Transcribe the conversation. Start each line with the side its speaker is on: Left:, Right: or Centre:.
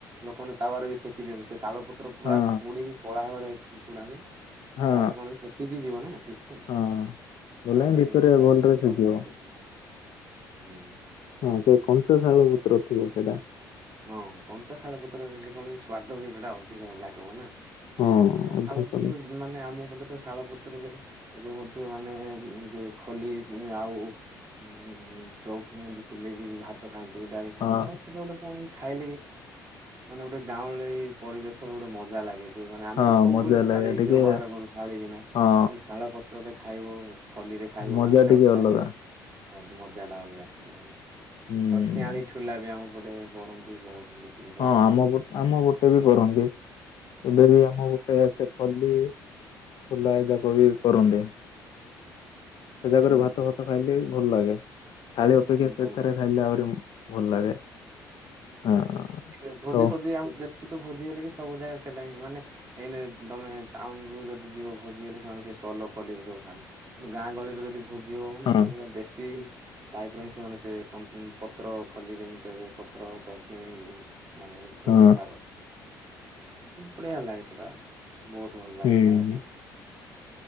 Right: ଲୋକମାନେ ତାୱାର ବି ସେ ସେକି ଦିଅନ୍ତି ସେ ଶାଳ ପତ୍ର ପୁରା
Left: ହଁ
Right: ପୋଡିକି କଳା ହବା ଯାଏ ପୋଡାନ୍ତି
Left: ହଁ
Right: ତାହେଲେ କଣ ସେଟା ସିଝିଯିବ ନା। ଠିକ ସେ
Left: ହଁ। ବୋଲେ
Right: ତାପରେ
Left: ହିଁ ଭିତରେ
Right: ଖାଇବା
Left: ଭଲରେ
Right: ପାଇଁ
Left: ସିଝିବ
Right: ଭଲ ଲାଗେ ହୁଁ।
Left: ହଁ ସେ କଂଞ୍ଚା ଶାଳ ପୁତ୍ର ଥିବ ସେଇଟା।
Right: ହଁ କଞ୍ଚା ଶାଳ ପତ୍ର ହେଲେ କଣକି ସ୍ଵାଦ ବି ସେଇଟା ଅଧିକ ଲାଗିବ ନା।
Left: ହଁ
Right: ଆମ
Left: ଅଧିକ
Right: ଶାଳପତ୍ର
Left: ନି
Right: ମାନେ ଆମ ପଟେ ତ ଶାଳ ପତ୍ରରେ ଏବେ ମଧ୍ୟ ମାନେ ଇମତି ଖଲି ଆଉ ଉଁ ଚଉ ଖଣି ଏତି ସିଲେଇକି ବି ଭାତ ଖାଆନ୍ତି ଡାଲି ଖାଆନ୍ତି
Left: ହଁ
Right: ତାପରେ ସେଟା ଗୋଟେ କଣକି ଖାଇଲେ କି ମାନେ ଗୋଟେ ଗାଁଉଁଲି ପରିବେଶର ଗୋଟେ ମଜା ଲାଗେ। ମାନେ ଆମେ
Left: ହଁ
Right: ତ ସବୁବେଳେ
Left: ମଜା ଲାଗେ
Right: ଥାଳି
Left: ଟିକେ
Right: ବ୍ୟବହାର କରୁ ଥାଳି ଗିନା
Left: ହଁ
Right: କିନ୍ତୁ ଶାଳ ପତ୍ରରେ ଖାଇବ ଫଲିରେ ଖାଇବ
Left: ମଜା
Right: ମାନେ, ସେଇଟା
Left: ଟିକେ
Right: ଗୋଟେ
Left: ଅଲଗା
Right: ଫାଇନ୍ ହଁ ମଜା ଟା ଅଲଗା ସେଇଟା ଲାଗେ।
Left: ହୁଁ
Right: ଆଉ ଶିଆଳି ଠୁଲା ବି ଆମ ପଟେ କରନ୍ତି। <unintelligible>
Left: ହଁ ଆମ
Right: ବି
Left: ପଟ
Right: ଲୋକ।
Left: ଆମ ପଟେ ବି କରନ୍ତି, ଏବେ ବି ଆମ ଗୋଟେ ଆସେ ଖଲି ଖୁଲା ହେରିକା କରିକି କରନ୍ତି। ସେ ଜାଗାରେ
Right: ହୁଁ
Left: ଭାତ
Right: ହୁଁ
Left: ଫାତ
Right: ହୁଁ
Left: ଖାଇଲେ ଭଲ ଲାଗେ। ଥାଳି ଅପେକ୍ଷା
Right: ହୁଁ
Left: ସେଥିରେ
Right: ଭଲ
Left: ଖାଇଲେ ଆହୁରି ଭଲ ଲାଗେ ହଁ।
Right: ଦେଖିବେ ଭୋଜି
Left: ତ
Right: ଫୋଜି ଆମ ଯେତିକି ତ ଭୋଜି ହେଲେ କି ସବୁ ଜାଗାରେ ସେଟା ହିଁ ମାନେ ଏଇନେ ତମେ ଟାଉନକୁ ଯଦି ଯିବ ଭୋଜି ହେଲେ, ସେମାନେ ସେ ଶଲ ଖଲିରେ ସବୁ ଖାଆନ୍ତି। ଗାଁ ଗହଳିରେ ଯଦି ଭୋଜି ହବ ମାନେ
Left: ହଁ
Right: ସେଇଟା ପୁରା ଦେଶୀ ତାପରେ ହିଁ ସେମାନେ ସେ କଣ ଉଁ ପତ୍ର ଖଲିରେ ହିଁ ଦେବେ, ପତ୍ର ଯ ଫିରିଙ୍ଗି, ମାନେ ତୃଣ
Left: ହଁ
Right: ଶାଗ, ବଢିଆ ଲାଗେ ସେଟା। ବହୁତ ଭଲ ଲାଗେ
Left: ହୁଁ
Right: ଖାଇବା ପାଇଁ।